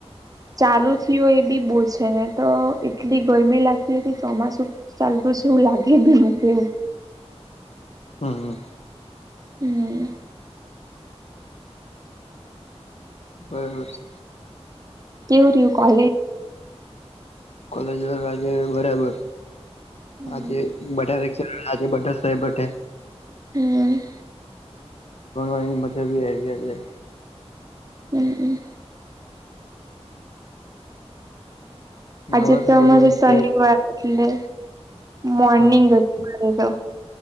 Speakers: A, on the right; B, on the left.
A: ચાલુ થીયો એ બી બો છે નહીં તો એટલી ગરમી લાગતી હતી ચોમાસું ચાલતું શે એવુ લાગે બી ના કે એવું
B: હમ્મ, હમ્મ.
A: હમ્મ.
B: બરાબર છે.
A: કેવુ રિયુ કોલે
B: કોલેજ વર રાજે બરાબર.
A: હમ
B: આજે બધા લેક્ચર આજે બધા સાહેબ બેઠે.
A: હમ્મ.
B: ગણવા એને માટે ભી આઈ જાઈ હે.
A: હમ્મ, હમ્મ. આજે
B: હવે
A: તો
B: બધું
A: મારે
B: એમ
A: શનિવાર
B: સેટ
A: એટલે મોર્નિંગ
B: હા
A: અજ મારે તો.